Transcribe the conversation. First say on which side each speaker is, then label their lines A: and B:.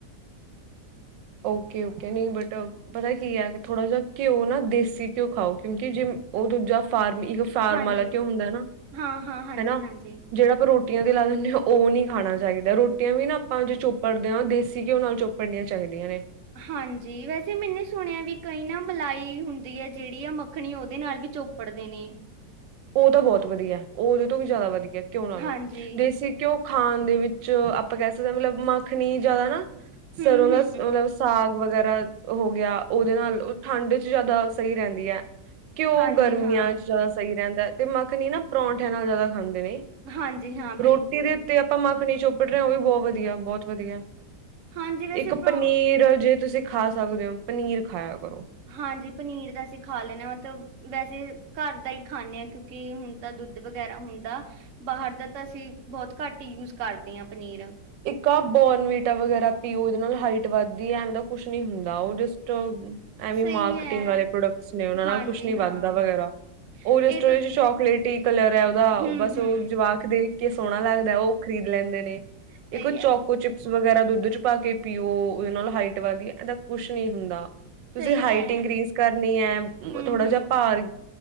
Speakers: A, on the right; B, on the right.
A: ਓਕੇ ਓਕੇ ਨਈ ਬਟ ਪਤਾ ਕੀ ਐ ਥੋੜਾ ਜਾ ਘਿਓ ਨਾ ਦੇਸੀ ਘਿਓ ਖਾਓ ਕਿਉਂਕਿ ਜੇ ਓ ਦੂਜਾ ਫਾਰਮੀ ਇੱਕ ਫਾਰਮ
B: ਹਾਂਜੀ
A: ਆਲਾ ਘਿਓ ਹੁੰਦਾ ਨਾ
B: ਹਾਂ ਹਾਂ ਹਾਂਜੀ
A: ਹਨਾ
B: ਹਾਂਜੀ
A: ਜਿਹੜਾ ਆਪਾਂ ਰੋਟੀ ਰੋਟੀਆਂ ਤੇ ਲਾ ਦਿੰਦੇ ਓ ਨੀ ਖਾਣਾ ਚਾਈਦਾ ਰੋਟੀਆਂ ਵੀ ਨਾ ਆਪਾਂ ਜੇ ਚੋਪੜਦੇ ਆ ਦੇਸੀ ਘਿਓ ਨਾਲ ਚੋਪੜਨੀਆਂ ਚ ਚਾਹੀਦੀਆ ਨੇ
B: ਹਾਂਜੀ ਵੈਸੇ ਮੈਨੂੰ ਸੁਣਿਆ ਵੀ ਕਈ ਨਾ ਮਲਾਈ ਹੁੰਦੀ ਐ ਜੇੜੀ ਆ ਮੱਖਣੀ ਓਦੇ ਨਾਲ ਵੀ ਚੋਪੜਦੇ ਨੇ
A: ਓ ਤਾਂ ਬਹੁਤ ਵਧੀਆ ਓ ਓਦੇ ਤੋਂ ਵੀ ਜ਼ਿਆਦਾ ਵਧੀਆ ਘਿਓ ਨਾਲੋਂ
B: ਹਾਂਜੀ
A: ਦੇਸੀ ਘਿਓ ਖਾਣ ਦੇ ਵਿੱਚ ਆਪਾਂ ਕਹਿ ਸਕਦੇ ਹਾਂ ਮਤਲਬ ਮਾਖਣੀ ਜਿਆਦਾ ਨਾ
B: ਹੂੰ
A: ਸਰੋਨਾ
B: ਹੂੰ
A: ਉਹਦਾ ਸਾ ਸਾਗ ਵਗੈਰਾ ਹੋ ਗਿਆ ਓਦੇ ਨਾਲ ਓ ਠੰਡ ਚ ਜ਼ਿਆਦਾ ਸਹੀ ਰੈਂਦੀ ਐ ਘਿਓ
B: ਹਾਂਜੀ
A: ਗਰਮੀਆਂ
B: ਹਾਂ
A: ਚ ਜਾਦਾ ਸਈ <inaudible> ਤੇ ਮੱਖਣੀ ਨਾ ਪਰੌਂਠੇ ਨਾਲ ਜ਼ਿਆਦਾ ਖਾਂਦੇ ਨੇ।
B: ਹਾਂਜੀ ਹਾਂ ਬਿਲਕੁਲ
A: ਰੋਟੀ ਦੇ ਉੱਤੇ ਆਪਾਂ ਮੱਖਣ ਮੱਖਣ ਚੋਪੜ ਰਿਹਾ ਉਹ ਵੀ ਬਹੁਤ ਵਧੀਆ, ਬਹੁਤ ਵਧੀਆ।
B: ਹਾਂਜੀ ਵੈਸੇ
A: ਇੱਕ
B: ਪਰੌ
A: ਪਨੀਰ ਜੇ। ਤੁਸੀਂ ਖਾ ਸਕਦੇ ਹੋ, ਪਨੀਰ ਖਾਇਆ ਕਰੋ।
B: ਹਾਂਜੀ ਪਨੀਰ ਤਾਂ ਅਸੀਂ ਖਾ ਲੈਦੇ ਆ, ਮਤਲਬ ਵੈਸੇ ਘਰ ਦਾ ਹੀ ਖਾਂਦੇ ਹਾਂ ਕਿਉਂਕਿ ਹੁਣ ਤਾਂ ਦੁੱਧ ਵਗੈਰਾ ਹੁੰਦਾ। ਬਾਹਰ ਦਾ ਤਾਂ ਅਸੀਂ ਬਹੁਤ ਘੱਟ ਹੀ ਯੂਜ ਕਰਦੇ ਹਾਂ ਪਨੀਰ।
A: ਇੱਕ ਆ ਬੋਰਨਵੀਟਾ ਵਗੈਰਾ ਪੀਓ, ਉਹਦੇ ਨਾਲ ਹਾਈਟ ਵੱਧਦੀ ਹੈ, ਐਵੇ ਦਾ ਕੁਛ ਨੀ ਹੁੰਦਾ। ਉਹਦੇ ਚ ਤਾਂ ਐਵੇ
B: ਸਹੀ
A: ਮਾਰਕੀਟਿੰਗ
B: ਹੈ
A: ਵਾਲੇ ਪ੍ਰੋਡਕਟਸ ਨੇ। ਉਨ੍ਹਾ
B: ਹਾਂਜੀ
A: ਨਾਲ ਕੁਛ ਨੀ
B: ਹਾਂ
A: ਬਣਦਾ ਵਗੈਰਾ। ਉਹਦੇ
B: ਇਹ
A: ਚ ਓਲਰੇਡੀ
B: ਤਾਂ
A: ਚੋਕਲੇਟੀ ਕਲਰ ਹੈ ਉਹਦਾ
B: ਹਮ
A: ਬਸ
B: ਹਮ
A: ਉਹ ਜਵਾਕ ਦੇਖ ਕੇ ਸੋਹਣਾ ਲੱਗਦਾ ਉਹ ਕ ਖ਼ਰੀਦ ਲੈਂਦੇ ਨੇ ਤੇ।
B: ਸਹੀ
A: ਇੱਕ ਓਹ
B: ਹੈ
A: ਚੌਕੋ ਚਿੱਪ। ਸ ਵਗੈਰਾ ਦੁੱਧ ਚ ਪਾ ਕੇ ਪੀਓ ਉਹਦੇ ਨਾਲ ਹਾਈਟ ਵਧਦੀ ਆ। ਇੱਦਾਂ ਦਾ ਕੁਛ ਨਹੀਂ ਹੁੰਦਾ। ਤੁਸੀਂ
B: ਸਹੀ
A: ਹਾਈਟ
B: ਹੈ
A: ਇੰਕ੍ਰੀਜ਼ ਕਰਨੀ ਹੈ,
B: ਹਮ
A: ਥੋੜਾ
B: ਹਮ
A: ਜਿਹਾ ਭਾਰ,